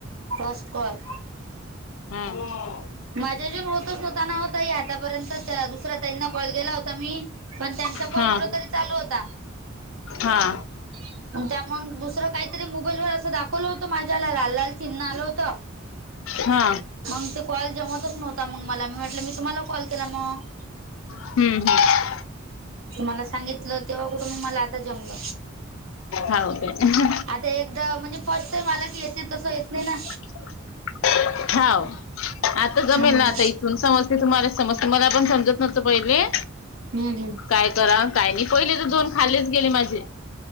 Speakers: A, on the right; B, on the left.
A: फस्ट कॉल
B: हम्म
A: माझ्याच्यान होतंच नव्हता ताई आतापर्यत. त्या दुसऱ्या ताईंना कॉल केला होता मी. पण त्यांचा कॉल
B: हा
A: कुठ तरी चालू होता.
B: हा
A: <inaudible> आणि त्या मग दुसर काहीतरी मोबाईल वर अस दाखवल होत. माझ्या ह्याला लाल लाल चिन्ह आल होत.
B: हा
A: मग ते कॉल जेव्हापासून नव्हता मग मला मी म्हटल मी तुम्हाला कॉल केला मग.
B: हम्म हम्म
A: तुम्हाला सांगितल, तेव्हा कुठून मला आता जमल.
B: हाव काय
A: आता एकदा म्हणजे फर्स्ट टाईम आला की येते. तस येत नाही ना.
B: <inaudible> <unintelligible> आता जमेल
A: म्हणून
B: ना आता इथून समजते. तुम्हाला समजते मला पण समजत नव्हत पहिले.
A: हम्म हम्म
B: काय कराव काय नाही, पहिले तर दोन खालीच गेले माझे‌.